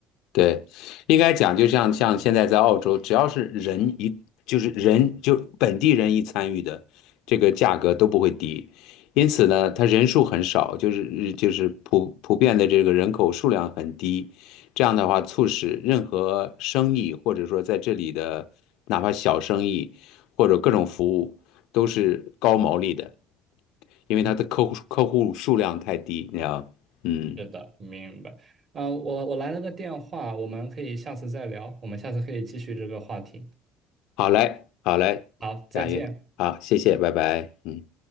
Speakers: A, on the left; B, on the right.
A: 对，应该讲，就像像现在在澳洲，只要是人一就是人就本地人一参与的，这个价格都不会低。因此呢，它人数很少，就是就是普普遍的这个人口数量很低。这样的话，促使任何生意或者说在这里的哪怕小生意或者各种服务都是高毛利的，因为它的客户客户数量太低，
B: 嗯
A: 你知道吗，嗯
B: 是的，明白。啊、我我来了个电话，我们可以下次再聊，我们下次可以继续这个话题。
A: 好嘞，好嘞，
B: 好，再见。
A: 佳韵，好，谢谢，拜拜，嗯。